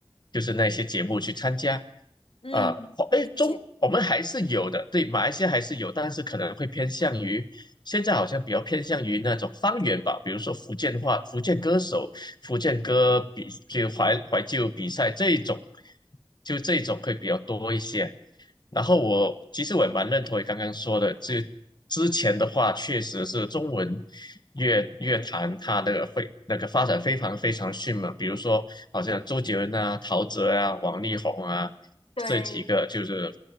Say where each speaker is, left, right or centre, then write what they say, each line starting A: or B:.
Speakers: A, on the left; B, on the left.
A: 就是那些节目去参加。
B: 嗯，
A: 啊，哎，
B: 理解。
A: 中我们还是有的，对，马来西亚还是有，但是可能会偏向于。现在好像比较偏向于那种方言吧，比如说福建话、福建歌手、福建歌比就怀怀旧比赛这一种，就这一种会比较多一些。然后我其实我也蛮认同你刚刚说的，这之前的话确实是中文乐乐坛它那个非那个发展非常非常迅猛，比如说好像周杰伦啊、陶喆啊、王力宏啊
B: 对，
A: 这几个就是，